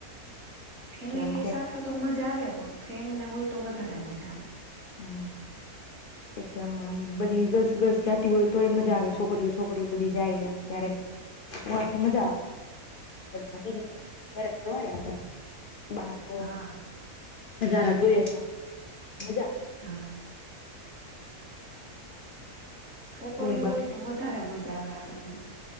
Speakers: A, on the right (about 55°); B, on the left (about 70°).
A: ફેમિલી
B: કે આમ
A: સાથે તો મજા આવે પણ ફ્રેન્ડ ને હોય તો વધારે મજા આવે.
B: હમ એટલે આમ આમ બધી ગર્લ્સ ગર્લ્સ જાતી હોય તોય મજા આવે છોકરીઓ છોકરીઓ બધી જાય એમ ક્યારેક? હહ એટલે મજા આવે એમ. હા રીતે ક્યારેક જવાય આપણે બાળકો
A: હા
B: નજારા જોઈએ સારા એમ મજા.
A: હા છોકરીઓ
B: બોલ બાકી
A: હોય તો વધ વધારે મજા આવે આપણને એમ.